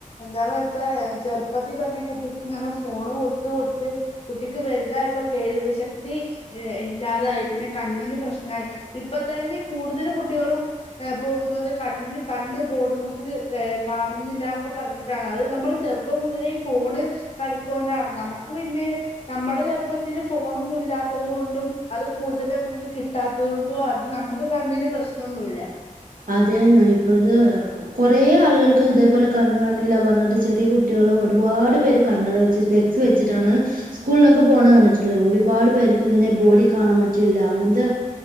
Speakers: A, on the left; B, on the right.
A: എന്താന്ന് വെച്ചാ ചെറുപ്പത്തിൽ തന്നെ കുട്ടിക്ക് ഇങ്ങനെ ഫോണ് കൊടുത്ത് കൊടുത്ത് കുട്ടി ക്ക് വലുതായപ്പൊ കേൾവി ശക്തി ഇ ഇല്ലാതായി പിന്നെ കണ്ണിന് പ്രശ്നായി ഇപ്പോ തന്നെ കൂടുതല് കുട്ടികളും ഏ പോകുന്നത് കണ്ണിന് കണ്ണ് ബോഡുമേക്ക് ഏ കാണുന്നില്ല എന്നൊക്കെ പറഞ്ഞിട്ടാണ് അത് നമ്മള് ചെറു പ്പം മുതലേ ഫോണ് കളിക്കൊണ്ടാണ് നമുക്ക് പിന്നെ നമ്മുടെ ചെറുപ്പത്തില് ഫോണൊന്നും ഇല്ലാത്തത് കൊണ്ടും അത് കൂടുതൽ നമുക്ക് കിട്ടാ ത്തത് കൊണ്ടും അത് നമുക്ക് കണ്ണിന് പ്രശ്നവൊന്നുവില്ല
B: അതേന്ന് ഇപ്പഴ്‌ കുറേ ആളുകൾക്ക് ഇതേപോലെ കണ്ണ് കാണണില്ലാ പറഞ്ഞിട്ട് ചെറിയ കുട്ടികള് ഒരുപാട് പേര് കണ്ണട വെച്ച് ഫെ ക്സ് വെച്ചിട്ടാണ് സ്കൂളിലൊക്കെ പോണ കണ്ടിട്ടില്ലെ ഒരുപാട് പേർക്ക് ഇങ്ങനെ ബോഡി കാണാൻ പറ്റണില്ല അങ്ങനത്തെ